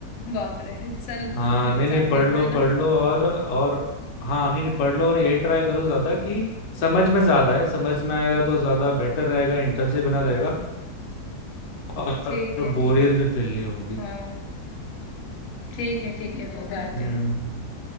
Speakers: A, on the left; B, on the left.
A: बाप रे चल
B: हाँ
A: न-
B: नहीं
A: जाती
B: नहीं पढ़
A: हूँ
B: लो
A: मैं
B: पढ़
A: ना
B: लो और और हाँ नहीं नहीं पढ़ लो और यही ट्राई करो ज्यादा कि समझ में ज्यादा है समझ में आएगा तो ज्यादा बेटर रहेगा इंटरेस्ट भी बना रहेगा और
A: ठीक है
B: बोरियत
A: ठीक है
B: भी फील नहीं होगी
A: हाँ ठीक है ठीक है मैं जाती
B: हम्म
A: हूँ